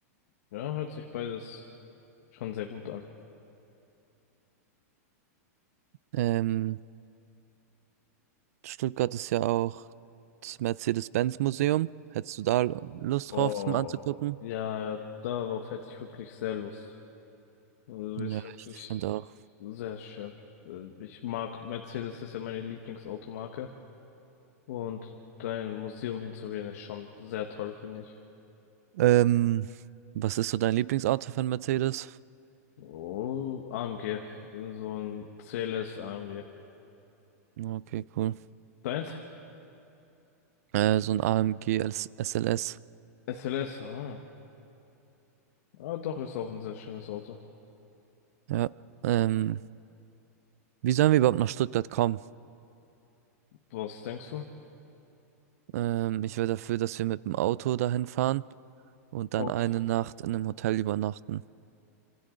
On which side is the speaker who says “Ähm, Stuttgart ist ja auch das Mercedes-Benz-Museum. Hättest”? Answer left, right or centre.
Right